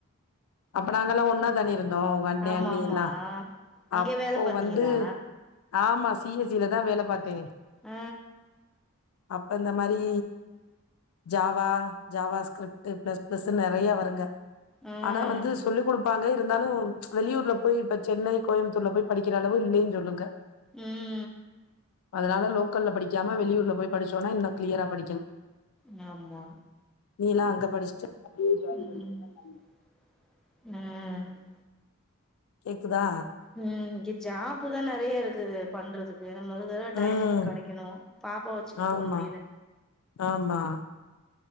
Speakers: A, on the left; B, in the centre.
A: அப்ப நாங்கல்லா ஒன்னா தண்ணி இருந்தோ உங்க அண்ணே
B: ஆமா
A: அண்ணி
B: ஆமா
A: எல்லா
B: அங்கே
A: அப்போ
B: வேல பாத்தீங்களா
A: வந்து ஆமா சி எஸ் சில தா வேலப் பாத்தே
B: அ
A: அப்ப இந்த மாரி Java JavaScript plus plus நெறைய வருங்க
B: ம்
A: ஆனா வந்து சொல்லிடு ப்பாங்க இருந்தாலூ வெளியூர்ல போய் இப்ப சென்னை கோயம்புத்தூர்ல போய் படிக்கிற அளவு இல்லைன்னு சொல்லுங்க
B: உம்
A: அதனால லோக்கல்ல படிக்காம வெளியூர்ல போய் படிச்சோன்னாஇன்னூ கிளியரா படிக்கு
B: நாம் தா
A: நீனா அங்க படிச்சுட்டு அப்டியே
B: உம்
A: ஜாயின் பண்றதுதா நல்லது கேக்குதா
B: உம் இங்க ஜாப் தான் நெறைய இருக்குது பண்றதுக்கு நம்ம வந்து டைமுக்கு
A: ம்
B: கெடைக்கணும் பாப்பா வச்சுட்டு
A: ஆமா
B: போ முடியல
A: ஆமா